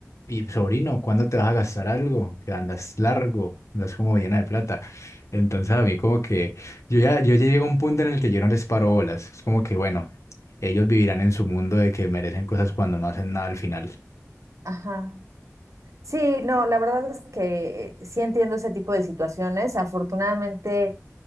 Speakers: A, on the left; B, on the right.
A: Y sobrino, ¿cuándo te vas a gastar algo? Que andas largo, andas como llena de plata. Entonces a mí como que yo ya, yo ya llego a un punto en el que yo no les paro bolas. Es como que bueno, ellos vivirán en su mundo de que merecen cosas cuando no hacen nada al final.
B: ajá. Sí, no, la verdad es que eh, sí entiendo ese tipo de situaciones. Afortunadamente,